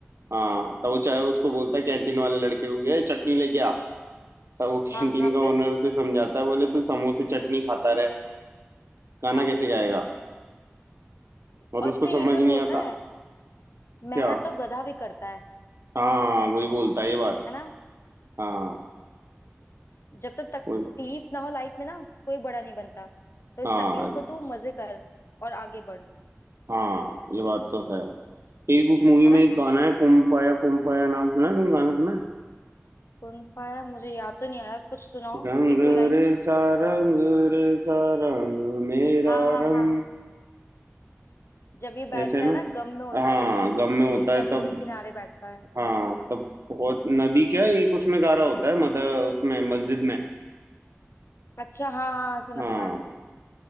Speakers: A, on the right; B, on the left.
A: हाँ तो वो चाहे उसको बोलता है कैंटीन वाले लड़के को गया चटनी लेके आ तो वो कैंटीन
B: हाँ हाँ
A: का
B: फिर
A: ओनर उसे समझाता है बोले तू समोसे चटनी खाता रहे गाना
B: हाँ
A: कैसे गाएगा और
B: और
A: उसको
B: फिर
A: समझ
B: ये भी तो
A: नहीं
B: बोलता
A: आता
B: है मेहनत
A: क्या
B: तो गधा भी करता है
A: हाँ वही बोलता है ये बात
B: है ना
A: हाँ
B: जब तक तकलीफ
A: वही
B: ना हो लाइफ में ना कोई बड़ा नहीं बनता तो इस
A: हाँ
B: तकलीफ को तू मजे कर और आगे बढ़
A: हाँ ये बात तो है एक उस मूवी
B: है
A: में
B: ना
A: एक गाना है कुम फाया कुम फाया नाम सुना है? तुम गाना सुना है?
B: कौन पाया मुझे याद तो नहीं आया कुछ सुनाओ
A: रंग
B: एक दो लाइन
A: रे सा रंग रे सा रंग मेरा
B: हाँ हाँ
A: रंग
B: हाँ हाँ जब ये बैठता
A: ऐसे है ना
B: है ना गम में होता
A: हाँ
B: है बिल्कुल
A: गम में होता
B: कहीं
A: है
B: नदी
A: तब
B: वदी किनारे बैठता है
A: हाँ तब बहुत नदी क्या है, एक उसमें गारा होता है मदर उसमें मस्जिद में
B: अच्छा हाँ हाँ हाँ, सुना
A: हाँ
B: सुना